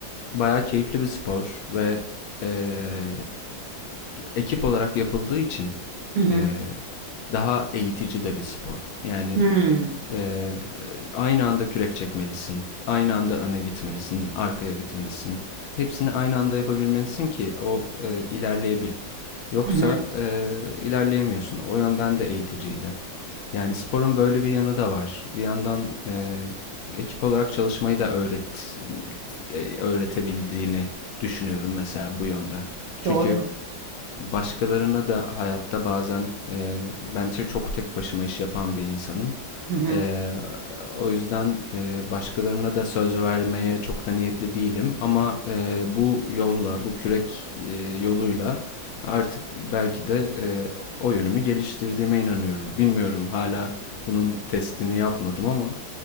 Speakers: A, on the left; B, on the right.
A: Bayağı keyifli bir spor ve e, ekip olarak yapıldığı için
B: Hı hı.
A: e, daha eğitici de bir spor. Yani
B: Hı hı.
A: ee, aynı anda kürek çekmelisin. Aynı anda öne gitmelisin, arkaya gitmelisin. Hepsini aynı anda yapabilmelisin ki o e, ilerleyebil. Yoksa
B: Hı hı.
A: e, ilerleyemiyorsun. O yönden de eğiticiydi. Yani sporun böyle bir yanı da var. Bir yandan e, ekip olarak çalışmayı da öğret e, öğretebildiğini düşünüyorum mesela bu yönden. Çünkü
B: Doğru.
A: başkalarına da hayatta bazen e, ben çok tek başıma iş yapan bir insanım.
B: Hı hı.
A: E, o yüzden e, başkalarına da söz vermeye çok da niyetli değilim. Ama e, bu yolla, bu kürek e, yoluyla artık belki de e, o yönümü geliştirdiğime inanıyorum. Bilmiyorum hala bunun testini yapmadım ama